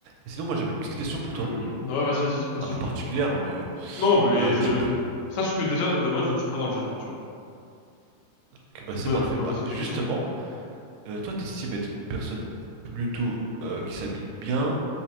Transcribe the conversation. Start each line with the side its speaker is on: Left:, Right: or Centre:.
Right: Et sinon, moi, j'avais une petite question pour
Left: Ouais,
Right: toi,
Left: vas-y, vas-y, passe
Right: un
Left: toujours.
Right: peu particulière, hein, mais
Left: Non, mais
Right: euh,
Left: je...
Right: tu pré...
Left: Sache que déjà, de base, je ne suis pas dans le jugement, tu vois.
Right: que, bah,
Left: Tu
Right: c'est
Left: peux,
Right: parfait.
Left: tu peux poser
Right: Bah,
Left: tes
Right: justement,
Left: questions.
Right: euh, toi, t'estimes être une personne plutôt euh, qui s'habille bien,